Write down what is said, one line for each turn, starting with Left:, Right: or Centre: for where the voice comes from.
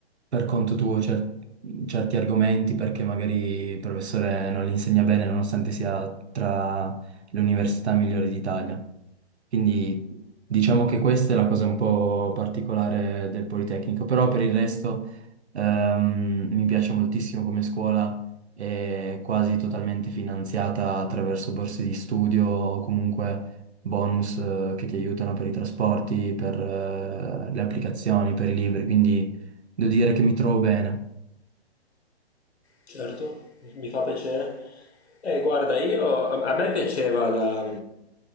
Right: per conto tuo cer- certi argomenti perché magari il professore non li insegna bene nonostante sia tra le università migliori d'Italia. Quindi diciamo che questa è la cosa un po' particolare del Politecnico, però per il resto ehm, mi piace moltissimo come scuola. È quasi totalmente finanziata attraverso borse di studio o comunque bonus eh, che ti aiutano per i trasporti, per eh, le applicazioni, per i libri, quindi Devo dire che mi trovo bene.
Left: Certo, mi mi fa piacere. Eh, guarda, io a a me piaceva la